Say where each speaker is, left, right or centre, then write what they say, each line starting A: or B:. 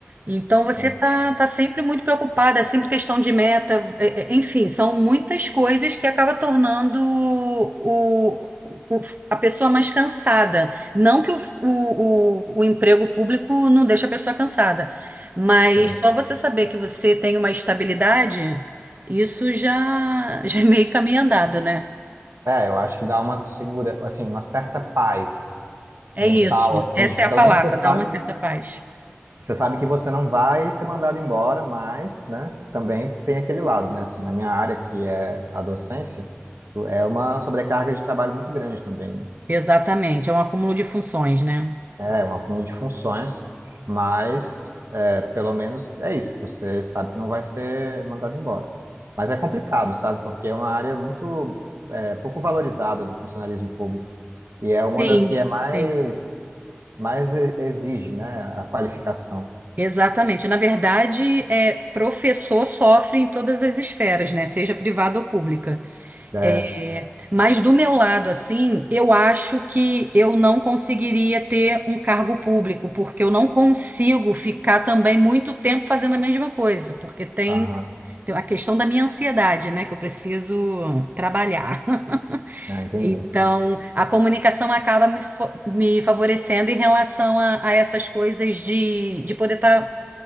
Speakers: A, on the right (about 40°); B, on the right (about 80°).
A: Então
B: sim,
A: você tá, tá sempre muito preocupado, é sempre questão de meta, é- é- enfim, são muitas coisas que acaba tornando o, o- a pessoa mais cansada. Não que o, o, o o emprego público não deixe a pessoa cansada, mas
B: sim.
A: só você saber que você tem uma estabilidade, isso já, <laughs> já é meio caminho andado, né?
B: É, eu acho que dá uma segura, assim, uma certa paz
A: É
B: mental,
A: isso.
B: assim,
A: Essa
B: de que
A: é a
B: pelo
A: palavra,
B: menos você sabe,
A: dá uma certa paz.
B: você sabe que você não vai ser mandado embora, mas, né, também tem aquele lado, né, assim, na minha área, que é a docência, é uma sobrecarga de trabalho muito grande também, né?
A: Exatamente, é um acúmulo de funções, né?
B: É um acúmulo de funções, mas é, pelo menos é isso. Você sabe que não vai ser mandado embora. Mas é complicado, sabe? Porque é uma área muito é, pouco valorizada do funcionalismo público e é uma
A: Sim,
B: das que é mais
A: sim.
B: mais e- exige, né? A qualificação.
A: Exatamente. Na verdade, é, professor sofre em todas as esferas, né? Seja privada ou pública.
B: É,
A: É, mas do meu lado, assim, eu acho que eu não conseguiria ter um cargo público, porque eu não consigo ficar também muito tempo fazendo a mesma coisa, porque tem,
B: aham,
A: tem a questão da minha ansiedade, né? Que eu preciso trabalhar. <laughs>
B: é, entendi.
A: Então, a comunicação acaba me, fa- me favorecendo em relação a, a essas coisas de, de poder estar